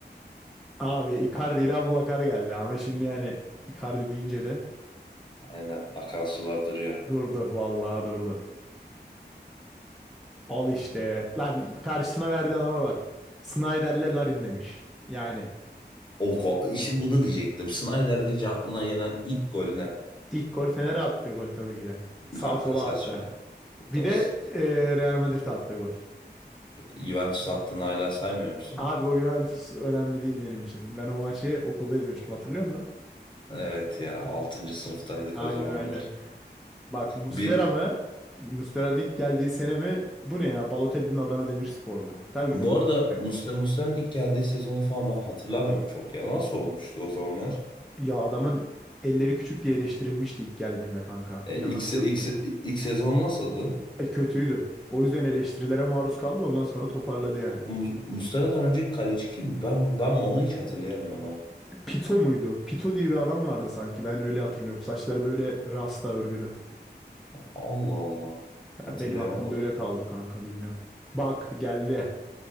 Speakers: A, in the centre; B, on the left.
A: Abi Icardi ile Abubakar geldi ama şimdi yani Icardi deyince de
B: Aynen akan sular duruyor.
A: durdu vallahi durdu. Al işte. Lan karşısına verdiği adama bak. Snyder'le Larin demiş. Yani
B: O, go- işte bunu diyecektim. Snyder deyince aklına gelen ilk gol ne?
A: ilk gol Fener'e attığı gol tabii ki de. Sağ
B: Kanka
A: sola
B: saçma.
A: attı. Bir
B: Dost.
A: de e, Real Madrid'e attığı gol.
B: Juventus hattını hala saymıyor musun?
A: Abi o Juventus önemli değil benim için. Ben o maçı okulda izlemiştim hatırlıyor musun?
B: Evet ya 6. sınıftaydık
A: Aynen
B: o zamanlar.
A: aynen. Bak Muslera
B: Bir
A: mı? Muslera'nın ilk geldiği sene mi? Bu ne ya? Balotelli'nin Adana Demirspor mu? Tabii ki
B: bu
A: de Muslera.
B: arada
A: yani.
B: Muslera Muslera'nın ilk geldiği sezonu falan ben hatırlamıyorum çok ya. Nasıl olmuştu o zamanlar?
A: Ya adamın elleri küçük diye eleştirilmişti ilk geldiğinde kanka.
B: E,
A: İnanabiliyor
B: ilk, se- ilk,
A: musun?
B: se- ilk sezon nasıldı?
A: E kötüydü. O yüzden eleştirilere maruz kaldı. Ondan sonra toparladı yani.
B: Mu- Muslera'dan önceki kaleci kim? Ben ben onu hiç hatırlayamıyorum ha.
A: Pito muydu? Pito diye bir adam vardı sanki. Ben öyle hatırlıyorum. Saçları böyle rasta örgülü.
B: Allah Allah. Hatırlayamadım.
A: Ya benim aklımda öyle kaldı kanka bilmiyorum. Bak geldi.